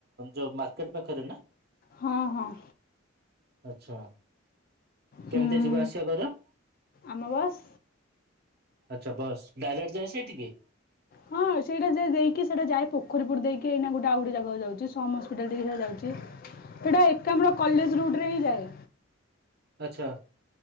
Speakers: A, on the right; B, on the left.
A: ଯୋଉ ମାର୍କେଟ ପାଖରେ ନା।
B: ହଁ ହଁ।
A: ଆଚ୍ଛା।
B: ହୁଁ।
A: କେମିତି ଯିବା ଆସିବା କର?
B: ଆମ ବସ୍
A: ଆଚ୍ଛା ବସ୍ ଡାଇରେକ୍ଟ ଯାଏ ସେଇଠିକି?
B: ହଁ ସେଇଟା ଯେ ଦେଇ କି ସେଇଟା ଯାଏ ପୋଖରୀୁପୁଟ ଦେଇକି ଏଇନା ଗୋଟେ ଆଉ ଗୋଟେ ଜାଗାକୁ ଯାଉଛି ସମ ହସ୍ପିଟାଲ ଦେଇକି ଯାଉଛି। ସେଇଟା ଏକାମ୍ର କଲେଜ୍ ରୁଟରେ ହିଁ ଯାଏ।
A: ଆଚ୍ଛା।